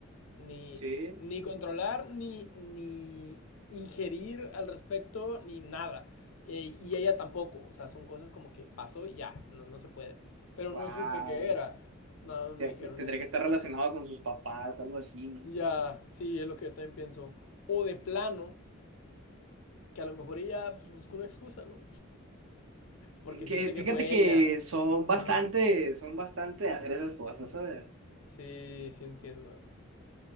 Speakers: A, on the left; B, on the right.
A: ni,
B: sí,
A: ni controlar, ni, ni ingerir al respecto, ni nada. Eh, y ella tampoco, o sea, son cosas como que pasó y ya, no, no se puede. Pero
B: wow.
A: no supe qué era, nada más
B: Tendría
A: me dijeron eso.
B: que estar relacionado con sus papás, algo así, ¿no?
A: Ya, sí, es lo que yo también pienso. O de plano Que a lo mejor ella pues, buscó una excusa, ¿no? Porque
B: Que,
A: sí sé que
B: fíjate
A: fue
B: que
A: ella.
B: son bastante,
A: Ajá.
B: son bastante de hacer esas cosas, ¿sabes?
A: Sí, sí entiendo.